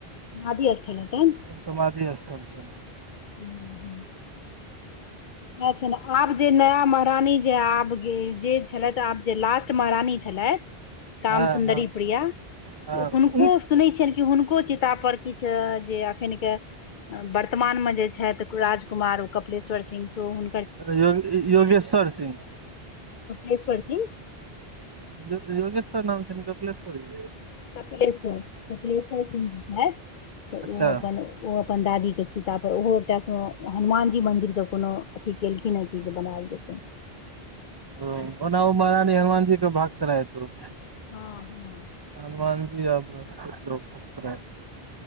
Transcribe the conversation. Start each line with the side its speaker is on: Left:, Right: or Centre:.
Left: समाधि स्थल हेतैन
Right: समाधि स्थल छैन
Left: ह ह न छैन आब जे नया महारानी जे आब गे जे छलैथ आब जे लास्ट महारानी छलैथ काम
Right: हँ
Left: सुुन्दरी
Right: हँ
Left: प्रिया
Right: हँ
Left: हुनको सुनैय छियनि कि हुनको चितापर किछ जे एखैन के बर्तमानमे जे छथि राजकुमार कपिलेश्वर सिंह सेहो हुँ
Right: यो योगेश्वर सिंह
Left: कपिलेश्वर सिंह
Right: यो-योगेश्वर नाम छैन कपिलेश्वरी?
Left: कपिलेश्वर, कपिलेश्वर सिंह छैत तऽ
Right: अच्छा
Left: ओ अपन ओ अपन दादी के चीता पर, ओहो एकटा सो हनुमानजी मंन्दिर के कोनो अथी एलखिन हें कि? जे बनायल जेतैन।
Right: हुँ, ओनाओ महारानी हनुमानजी के भक्त रहैत खुब।
Left: हँ-हँ
Right: हनुमान जी आ बृहस्पति के ओ भक्त रहैत।